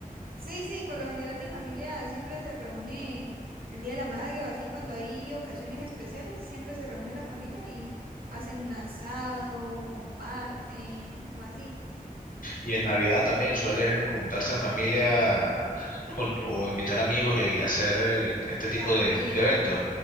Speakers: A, on the right (about 75°); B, on the left (about 65°).
A: Sí, sí, por lo general mi familia siempre se reúne el Día de la Madre o así cuando hay ocasiones especiales, siempre se reúne la familia y hacen un asado, comparten o así.
B: Y en Navidad también suele juntarse en familia con- o invitar amigos y, y hacer eh, este tipo
A: También
B: de, de eventos.